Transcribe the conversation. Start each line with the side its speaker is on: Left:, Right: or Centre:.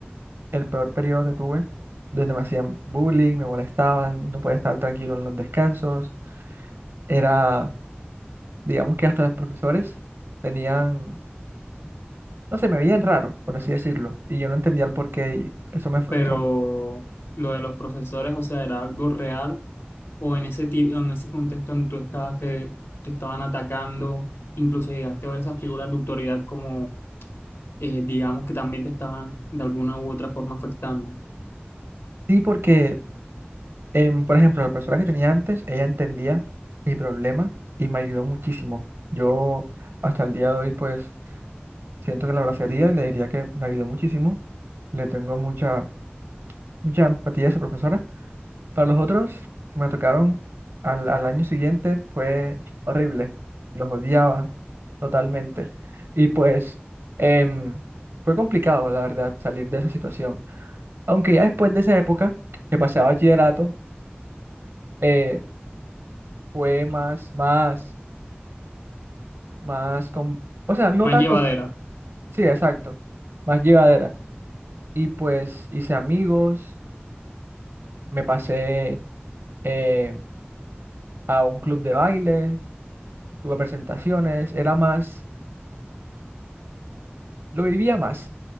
Right: el peor periodo que tuve, donde me hacían bullying, me molestaban, no podía estar tranquilo en los descansos. Era, digamos que hasta los profesores tenían, no sé, me veían raro, por así decirlo, y yo no entendía el porqué y eso me frustró.
Left: Pero lo de los profesores, o sea, ¿era algo real? ¿O en ese, ti- en ese contexto en que tú estabas que te estaban atacando, incluso llegaste a ver esas figuras de autoridad como, eh, digamos, que también te estaban de alguna u otra forma afectando?
Right: Sí, porque, em, por ejemplo, la profesora que tenía antes, ella entendía mi problema y me ayudó muchísimo. Yo hasta el día de hoy, pues, siento que la abrazaría y le diría que me ayudó muchísimo. Le tengo mucha, mucha empatía a esa profesora Para los otros que me tocaron al, al año siguiente fue horrible. Los odiaba totalmente. Y pues em, fue complicado, la verdad, salir de esa situación. Aunque ya después de esa época que pasé a bachillerato, eh, fue más, más, más, com- o sea, no
Left: Más
Right: tan,
Left: llevadera.
Right: com- sí, exacto, más llevadera. Y pues hice amigos, me pasé eh, a un club de baile, tuve presentaciones, era más Lo vivía más